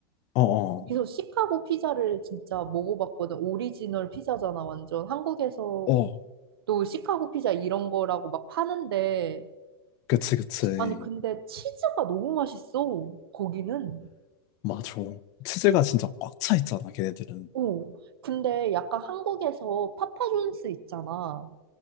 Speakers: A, on the left; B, on the right.
A: 어, 어.
B: 그래서 시카고 피자를 진짜 먹어봤거든. 오리지널 피자잖아, 완전. 한국에서
A: 어,
B: 또 시카고 피자 이런 거라고 막 파는데
A: 그치, 그치.
B: 아니 근데 치즈가 너무 맛있어 거기는
A: 맞아. 치즈가 진짜 꽉 차 있잖아, 걔네들은.
B: 오 근데 약간 한국에서 파파존스 있잖아